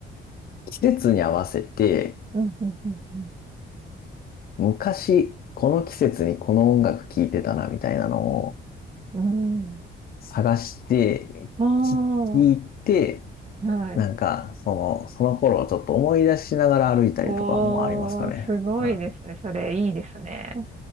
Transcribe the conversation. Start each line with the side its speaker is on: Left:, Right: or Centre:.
Left: 季節に合わせて、
Right: うん、うん、うん、
Left: 昔、この季節にこの音楽聴いてたな、みたいなのを
Right: うん。うん
Left: 探して、
Right: お
Left: 聴いて、
Right: ー、はい。
Left: なんか、その、その頃をちょっと思い出しながら歩いたりとかもありますかね。
Right: おー、すごいですね。
Left: はい。
Right: それ、いいですね。